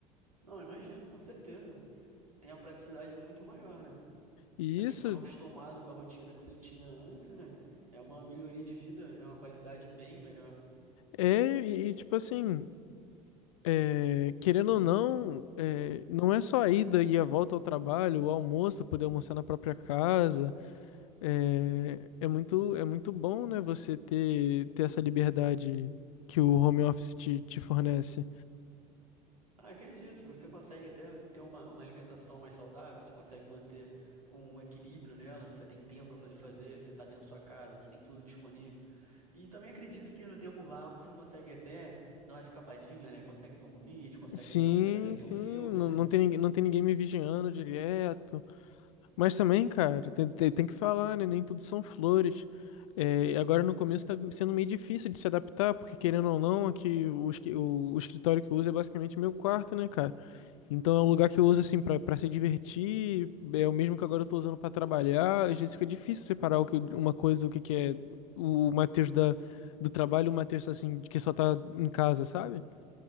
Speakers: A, on the right; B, on the left.
A: Não, imagino, com certeza. Você tem a praticidade muito maior, né?
B: E
A: Pra quem
B: isso
A: tava acostumado com a rotina que você tinha antes, né? É uma melhoria de vida, é uma qualidade bem melhor.
B: é, e, e, tipo assim, é, querendo ou não, é, não é só a ida e a volta ao trabalho, o almoço, poder almoçar na própria casa, É, é muito, é muito bom, né, você ter, ter essa liberdade que o home office te, te fornece.
A: Ah, acredito, você consegue até ter uma, uma alimentação mais saudável, você consegue manter um equilíbrio nela, né? você tem tempo para fazer fazer, você está dentro da sua casa, você tem tudo disponível. E também acredito que no tempo vago você consegue até dar uma escapadinha, né? Consegue ver um vídeo, consegue
B: Sim,
A: ver um pedacinho
B: sim,
A: de um filme,
B: não,
A: né?
B: não tem, ninguém- não tem ninguém me vigiando direto. Mas também, cara, tem, tem- tem que falar, né? Nem tudo são flores. É, agora no começo tá sendo meio difícil de se adaptar, porque querendo ou não, aqui o, esqui- o- o escritório que eu uso é basicamente meu quarto, né, cara? Então é um lugar que eu uso assim pra para se divertir, é o mesmo que agora eu tô usando pra trabalhar. Às vezes fica difícil separar o que, uma coisa, o que, que é o Matheus da, do trabalho e o Matheus assim, que só tá em casa, sabe?